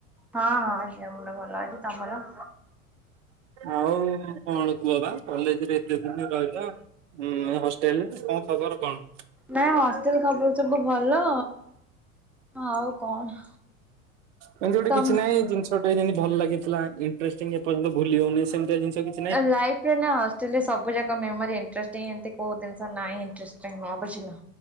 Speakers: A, in the centre; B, on the right.
A: ହଁ ହଁ ଦେହ ମୁଣ୍ଡ ଭଲ ଅଛି। ତମର?
B: ଆଉ କଣ କୁହ ବା କଲେଜରେ ଏତେ ଦିନ ରହିଲ? ହୁଁ ହଷ୍ଟେଲରେ ତମ ଖବର କଣ?
A: ନାଇଁ ହଷ୍ଟେଲ ଖବର ସବୁ ଭଲ। ଆଉ କଣ
B: ଏମିତି ଗୋଟେ
A: ତମ
B: କିଛି <unintelligible> ଭଲ ଲାଗିଥିଲା ଇଣ୍ଟ୍ରେଷ୍ଟିଙ୍ଗ ଏର୍ଯ୍ୟନ୍ତ ଭୁଲି ହଉନି ସେମିତି ଜିନଷ କିଛି‌।
A: ଲାଇଫରେ ନା ହଷ୍ଟେଲ ସବୁ ଯାକ ମେମୋରି ଇଣ୍ଟ୍ରେଷ୍ଟିଙ୍ଗ ଏମତି କୋଉ ଜିନ ସ ନାଇଁ ଇଣ୍ଟ୍ରେଷ୍ଟିଙ୍ଗ <unintelligible> ବୁଝିଲ।